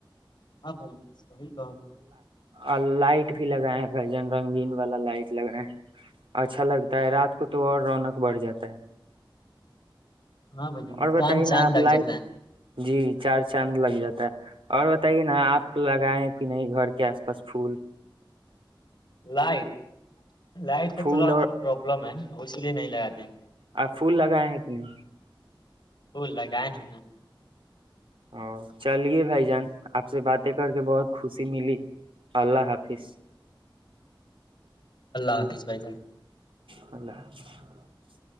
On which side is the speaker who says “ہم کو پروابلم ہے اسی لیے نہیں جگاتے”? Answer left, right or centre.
Left